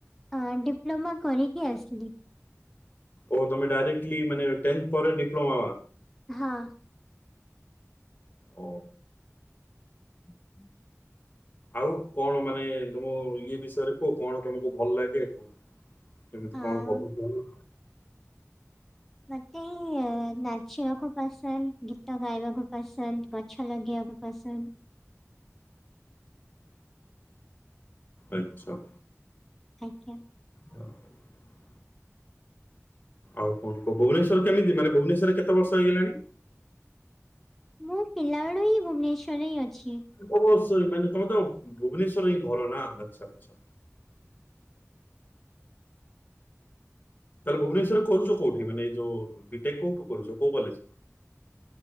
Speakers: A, in the centre; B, on the left.
A: ଅ ଡିପ୍ଲୋମା କରିକି ଆସିଲି।
B: ଓ ତମେ ଡାଇରେକ୍ଟଲି ମାନେ, ଟେନ୍ଥ ପରେ ଡିପ୍ଲୋମା ମା
A: ହଁ
B: ଓ
A: ହ ହ <inaudible>
B: ଆଉ କଣ, ମାନେ ତମ ଇଏ ବିଷୟରେ କୁହ କଣ ତମକୁ ଭଲ ଲାଗେ, କହ କେମିତି
A: ହଁ
B: କଣ ହବ?
A: ମତେ ନାଚିବାକୁ ପସନ୍ଦ, ଗୀତ ଗାଇବାକୁ ପସନ୍ଦ, ଗଛ ଲଗେଇବାକୁ ଫସନ୍ଦ
B: ଆଛା।
A: ଆଜ୍ଞା।
B: ହଁ <inaudible> ଆଉ କଣ କ ଭୁବନେଶ୍ଵର କେମିତି ମାନେ, ଭୁବନେଶ୍ଵରରେ କେତେ ବର୍ଷ ହେଇଗଲାଣି?
A: ମୁଁ ପିଲାବେେଳୁ ହିଁ ଭୁବନେଶ୍ୱରରେ ହିଁ ଅଛି।
B: ବ <unintelligible> ମାନେ ତମ ତ ଭୁବନେଶ୍ଵର ଘର ନା ଆଛା, ଆଛା। ତାହେଲେ ଭୁବନେଶ୍ଵରରେ କରୁଛ କୋଉଠି, ମାନେ ଯୋଉ ବିଟେକ କୋଉଠ କରୁଛ? କୋଉ କଲେଜ <inaudible>